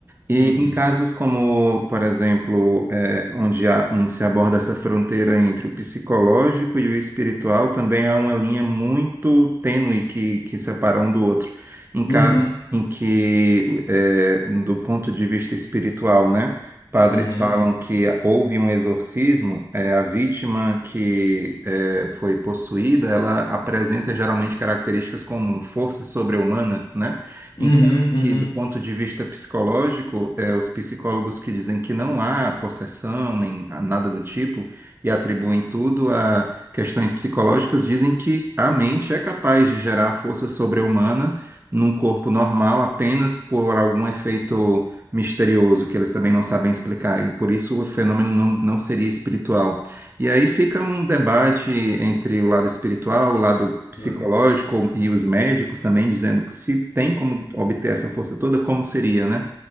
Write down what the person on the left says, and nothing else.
Uhum.
Uhum.
Uhum.
Uhum,
uhum.